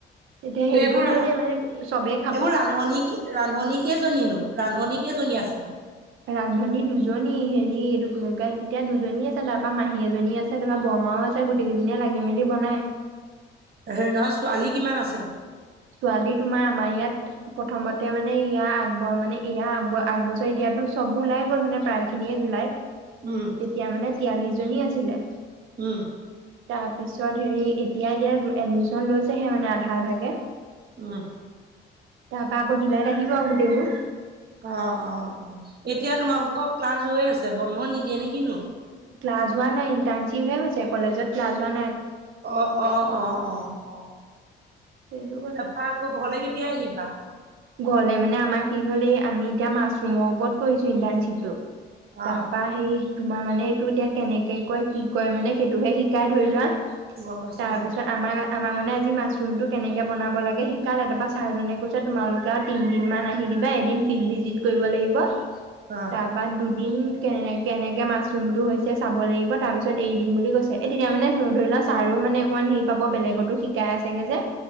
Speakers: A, on the right (about 85°); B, on the right (about 50°).
A: এতিয়া
B: এইবোৰ
A: হেৰি কৰি থৈ দিয়ে মানে চবে
B: এইবোৰ ৰান্ধনী ৰান্ধনী কেইজনীনো ৰান্ধনী কেইজনী আছে
A: ৰান্ধনী দুজনী হেৰি এইটোক লৈে এতিয়া দুজনী আছে তাৰ পৰা মাহী এজনী আছে তাৰপা বৰমাও আছে গোটেইকেইজনীয়ে লাগি মেলি বনায়
B: হেৰি নহয় ছোৱালী কিমান আছে
A: ছোৱালী তোমাৰ আমাৰ ইয়াত প্ৰথমতে মানে ইয়াৰ আগব মানে ইাৰ আ আগবছৰি দিয়াতো চব ওলাই গ'ল মানে প্ৰায় খিনিয়ে
B: উম
A: তেতিয়া মানে তিয়াল্লিশ জনী আছিলে
B: উম
A: তাৰপিছত হেৰি এতিয়া এতিয়া এডমিশন লৈছেহে মানে আধা আধাকে
B: উম
A: তাৰ প আকৌ জুলাই আহিব আ গোটেইবোৰ
B: অ অ অ এতিয়া তোমালোকক ক্লাছ ৰয়ে আছে বন্ধ নিদিয়ে নে কিনো
A: ক্লাছওৱ নাই ইণ্টাণশ্বিপ হে হৈছে কলেজ ক্লাছ ৱান
B: অ অ অ অ অ
A: সেইটো
B: তাৰপা আকৌ ঘৰলে কেতিয়াই আহিবা
A: ঘলে মানে আমাৰ কি হ'ল এই আমি এতিয়া মাছৰুমৰ ওৰত কৰিছো ইণ্টাৰ্ণশ্বিপটো
B: অ
A: তাৰপা সেই তোমাৰ মানে এইটো এতিয়া কেনেকৈ কয় কি কয় মানে সেইটোহে শিকাই ধৰি লোৱা আৰু
B: গম পাইছো
A: তাৰপিছত আমাৰ আমাক মানে আজি মাছৰুম টো কেনেকে বনাব লাগে শিকাল এ তপা ছাৰজনে কৈছে তোমালোক এ তিন দিন আহি দিবা এদিন ফিল্ড ভিজিট কৰিব লাগিব
B: অ
A: তাৰপ দু দিম কেনে কেনেকে মাছৰুমটো হৈছে চাব লাগিব তাৰ পিছত এৰি দিম বুলি কৈছে এ তেতিয়া মানে ধৰি লওক ছাৰো মানে অকমান হেৰি পাব বেলেগতো শিকাই আছেগে যে